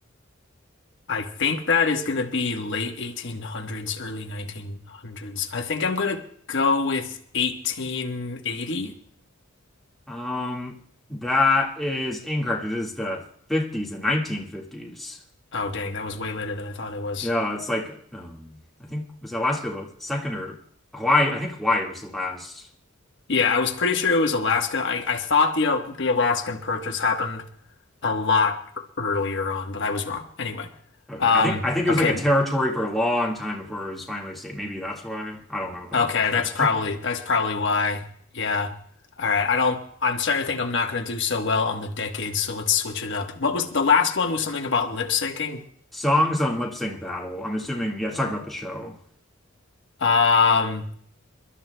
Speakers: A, on the left; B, in the centre.
A: I think that is going to be late 1800s, early 1900s. I think I'm going to go with 1880.
B: Um, that is incorrect. It is the 50s, the 1950s.
A: Oh, dang, that was way later than I thought it was.
B: Yeah, it's like um, I think was Alaska the second or Hawaii? I think Hawaii was the last.
A: Yeah, I was pretty sure it was Alaska. I, I thought the uh, the Alaskan Purchase happened. a lot earlier on, but I was wrong. Anyway,
B: Okay,
A: um,
B: I think I think it
A: okay,
B: was like a territory for a long time before it was finally a state. Maybe that's why. I don't know though
A: okay,
B: for sure.
A: that's probably that's probably why. Yeah. All right. I don't. I'm starting to think I'm not going to do so well on the decades, so let's switch it up. What was the last one was something about lip syncing.
B: <laughs> Songs on Lip Sync Battle. I'm assuming. Yeah, it's talking about the show.
A: Um,